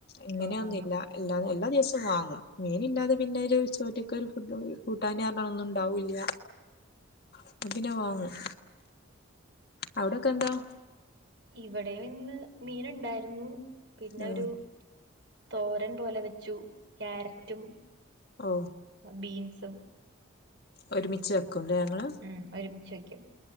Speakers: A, on the left; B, on the right.
A: ഇങ്ങനെയൊന്നില്ല.
B: ഓ ഓ
A: എല്ലാ എല്ലാ ദിവസവും വാങ്ങും മീനില്ലാതെ പിന്നോരു ചോറ്റിക്കൊരു ഫുഡ് കൂട്ടാന് പറഞ്ഞ ഒന്നും ഉണ്ടാവൂല്ല ഇപ്പൊ പിന്നെ വാങ്ങും അവിടൊക്കെ എന്താ
B: ഇവിടെയുന്ന് മീന് ഉണ്ടായിരുന്നു പിന്നെ
A: ആഹ്
B: ഒരു തോരൻ പോലെ വെച്ചു ക്യാരറ്റും
A: ഓ
B: ബീൻസും
A: ഒരുമിച്ച് വയ്ക്കുല്ലേ ങ്ങള്
B: ഉം ഒരുമിച്ച് വെക്കും